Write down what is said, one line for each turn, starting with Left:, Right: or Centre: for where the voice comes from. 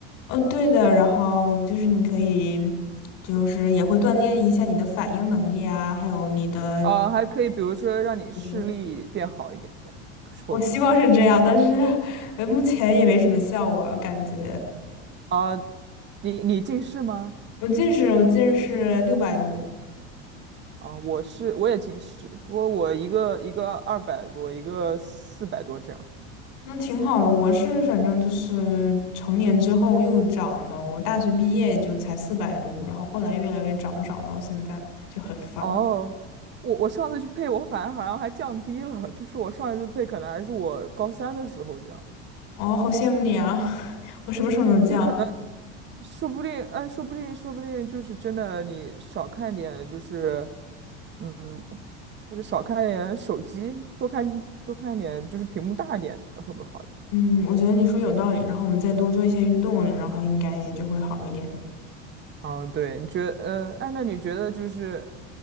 Left: 哦，对的，然后就是你可以，就是也会锻炼一下你的反应能力啊，还有你的，
Right: 啊、还可以比如说让你视力变好一点，
Left: 就是
Right: 会不会？
Left: 我希望是这样，但是呃，目前也没什么效果，感觉
Right: 啊、你你近视吗？
Left: 我近视，我近视六百度，
Right: 啊，我是我也近视，不过我一个一个二百多，一个四百多这样。
Left: 那挺好的。我是反正就是成年之后又长了，我大学毕业也就才四百度，然后后来越来越长，长到现在就很烦。
Right: 哦，我我上次去配，我反而好像还降低了，就是我上一次配可能还是我高三的时候这样。
Left: 哦，好羡慕你啊！<laughs> 我什么时候能降？
Right: 对，可能说不定，哎，说不定，说不定就是真的，你少看点，就是嗯，或者少看点手机，多看多看点，就是屏幕大一点的会不会好一点？
Left: 嗯，我觉得你说有道理，然后我们再多做一些运动，然后应该也就会好一点。
Right: 嗯，对，你觉得，呃，哎，那你觉得就是，